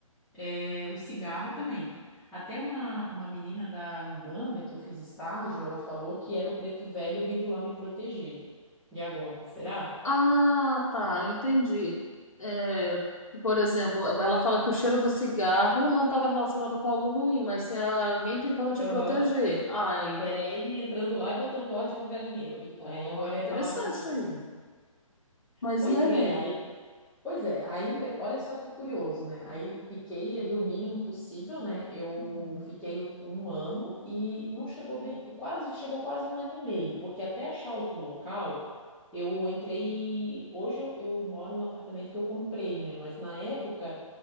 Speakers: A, in the centre; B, on the left.
A: é, o cigarro também. Até uma, uma menina da Umbanda que eu fiz estágio, ela falou que era o preto velho vindo lá me proteger. E agora, será?
B: Ah, tá, eu entendi. É, por exemplo, ela fala que o cheiro do cigarro não estava relacionado com algo ruim, mas sim era alguém tentando te
A: Aham.
B: proteger. Ai,
A: Que era ele entrando lá e botando ordem no galinheiro. E
B: ó,
A: aí agora é
B: interessante
A: palavras minhas.
B: isso aí. Mas
A: Pois
B: e aí?
A: é, aí Pois é, aí, engra- olha só que curioso, né? Aí fiquei ali o mínimo possível, né? Eu
B: Uhum,
A: fiquei o- um ano e não chegou bem, quase, chegou quase um ano e meio, porque até achar outro local, eu entrei. Hoje eu, eu moro no apartamento que eu comprei, né? Mas na época